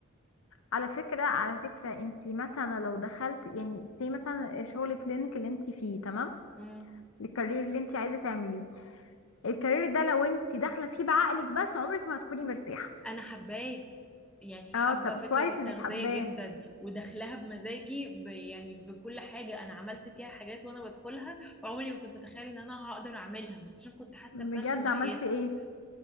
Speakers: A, on the left; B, in the centre.
A: على فكرة على فكرة انت مثلا لو دخلت يعني في مثلا شغل كلينيك اللي انت فيه تمام
B: مم.
A: الكارير اللي انت عايزة تعمليه الكارير ده لو انت داخلة فيه بعقلك بس عمرك ما هتكوني مرتاحة
B: انا حباه يعني
A: اه
B: حابه
A: طب
B: فكره
A: كويس
B: التغذيه
A: انك حباه
B: جدا وداخلها بمزاجي ب يعني بكل حاجه انا عملت فيها حاجات وانا بدخلها عمري ما كنت اتخيل ان انا هقدر اعملها بس عشان كنت حاسه
A: بجد
B: باشن ناحيتها
A: عملت ايه